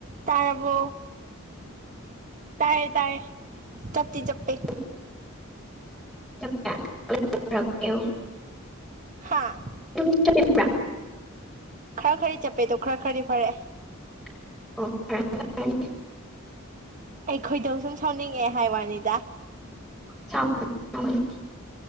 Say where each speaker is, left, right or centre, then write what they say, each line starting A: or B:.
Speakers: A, on the right; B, in the centre.
A: ꯇꯥꯔꯕꯣ ꯇꯥꯏꯔꯦ ꯇꯥꯏꯔꯦ ꯆꯞꯇꯤ ꯆꯞꯄꯦ
B: <unintelligible>
A: ꯍꯥꯥ
B: ꯑꯗꯨꯝ ꯆꯞꯄꯤꯕꯔꯥ
A: ꯈꯔ ꯈꯗꯤ ꯆꯠꯄꯦ ꯑꯗꯣ ꯈꯔ ꯈꯔꯗꯤ ꯐꯔꯛꯑꯦ
B: ꯑꯣ ꯐꯔꯛꯑꯅꯤ ꯐꯔꯛꯑꯅꯤ
A: ꯑꯩ ꯈꯣꯏꯗꯧ ꯁꯨꯝ ꯁꯥꯎꯅꯤꯡꯉꯛꯑꯦ ꯍꯥꯏ ꯋꯥꯅꯤꯗ
B: ꯁꯥꯎꯒꯅꯨ ꯁꯥꯎꯒꯅꯨ